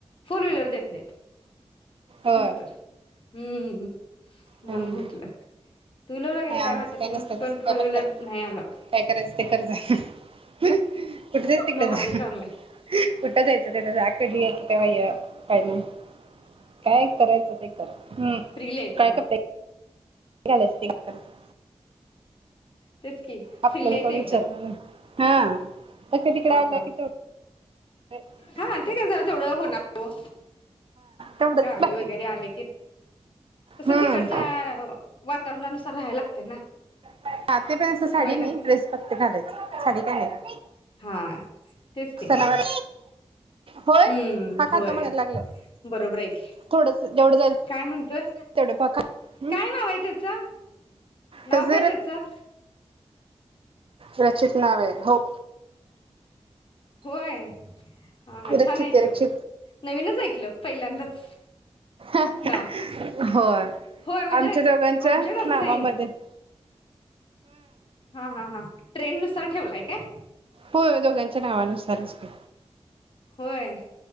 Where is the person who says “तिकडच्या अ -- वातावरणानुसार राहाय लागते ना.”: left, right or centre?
Left